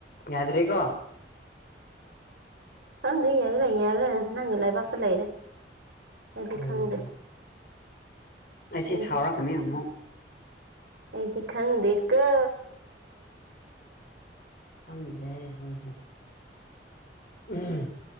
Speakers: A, on the left; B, on the right.
A: ꯌꯥꯗ꯭ꯔꯦꯀꯣ
B: ꯍꯪꯗ ꯌꯥꯒ꯭ꯔ ꯌꯥꯒꯦ ꯅꯪ ꯂꯩꯥꯏ ꯄꯥꯛꯀ ꯂꯩꯔꯦ ꯑꯗꯨꯗꯤ
A: ꯎꯝ
B: ꯈꯒ
A: ꯑꯩꯁꯦ
B: ꯑꯗꯨꯗꯤ
A: ꯁꯥꯎꯔꯛꯀꯅꯤ
B: ꯈꯪ
A: ꯑꯃꯨꯛ
B: ꯑꯩꯗꯤ ꯈꯪꯗ ꯀ
A: ꯈꯪꯗ꯭ꯔꯦ ꯑꯩ ꯈꯪꯗ꯭ꯔꯦ ꯎꯝ <inaudible>